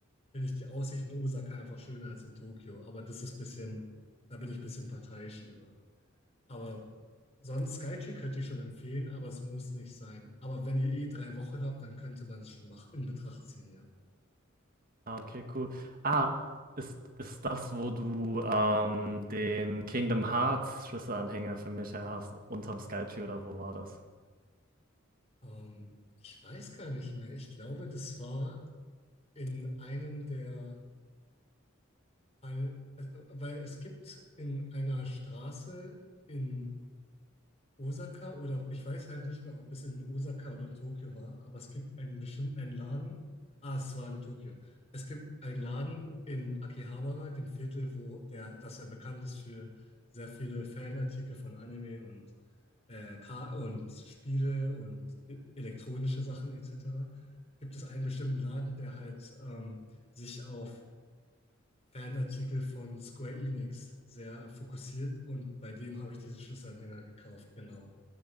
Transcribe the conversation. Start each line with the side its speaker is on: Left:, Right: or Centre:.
Left: finde ich die Aussicht in Osaka einfach schöner als in Tokio. Aber das ist ein bisschen, da bin ich ein bisschen parteiisch über. Aber sonst Skytree könnte ich schon empfehlen, aber es muss nicht sein. Aber wenn ihr eh drei Wochen habt, dann könnte man es schon mach- in Betracht ziehen, ja.
Right: Ah, okay, cool. Ah, ist, ist das, wo du ähm, den Kingdom Hearts Schlüsselanhänger für mich her hast, unterm Skytree oder wo war das?
Left: Ähm, ich weiß gar nicht mehr. Ich glaube, das war in einem der, ein, äh, äh, weil es gibt in einer Straße in Osaka oder ich weiß halt nicht mehr, ob es in Osaka oder in Tokio war, aber es gibt einen bestimmten einen Laden. Ah, es war in Tokio. Es gibt einen Laden in Akihabara, dem Viertel, wo der, das ja bekannt ist für sehr viele Fanartikel von Anime und, äh, Ka- und Spiele und e- elektronische Sachen etc. Gibt es einen bestimmten Laden, der halt ähm, sich auf Fanartikel von Square Enix sehr fokussiert und bei dem habe ich diesen Schlüsselanhänger gekauft, genau.